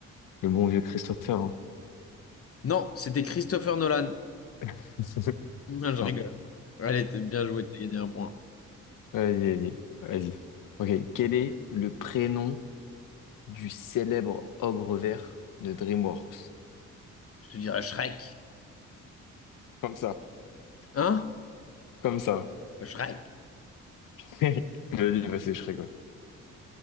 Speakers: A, on the left; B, on the left.
A: le bon vieux Christopher. hein.
B: Non, c'était Christopher Nolan. <laughs>
A: <laughs>
B: Non, je
A: Non.
B: rigole. Allez, t'es bien joué, t'as gagné un point.
A: Vas-y, vas-y, vas-y. Ok, quel est le prénom du célèbre ogre vert de DreamWorks?
B: Je te dirais Shrek.
A: Comme ça,
B: Hein?
A: comme ça.
B: Le Shrek.
A: <laughs> Vas-y, bah, c'est Shrek, quoi.